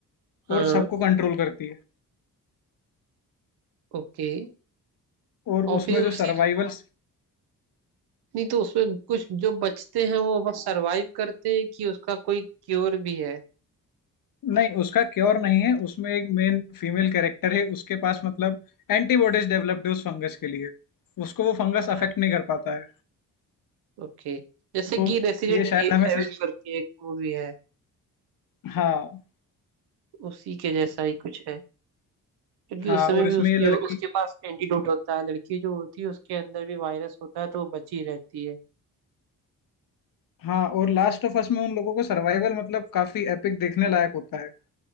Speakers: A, on the right (about 80°); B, on the left (about 60°).
A: हाँ
B: और सबको कंट्रोल करती है
A: ओके
B: और
A: और
B: उसमें
A: फिर उसी
B: जो सर्वाइवल
A: में नहीं तो उसमें कुछ जो बचते हैं वो बस सरवाइव करते हैं कि उसका कोई क्योर भी है
B: नहीं उसका क्योर नहीं है उसमें एक मेन फीमेल कैरेक्टर है उसके पास मतलब एंटीबॉडीज डेवलप्ड है उस फंगस के लिए उसको वो
A: अच्छा
B: फंगस अफेक्ट
A: अच्छा
B: नहीं कर पाता है
A: ओके जैसे
B: तो
A: कि रेसिडेंट
B: ये शायद
A: एविल
B: हमें सीज...
A: करके एक मूवी है
B: हाँ
A: उसी के जैसा ही कुछ है क्योंकि
B: हाँ
A: उस समय
B: और
A: भी
B: इसमें
A: उसके
B: ये लड़की
A: उसके पास एंटीडोट होता है लड़की जो होती है उसके अंदर भी वायरस होता है तो वो बची रहती है
B: हाँ और लास्ट ऑफ अस में उन लोगों को सर्वाइवल मतलब काफी एपिक देखने लायक होता है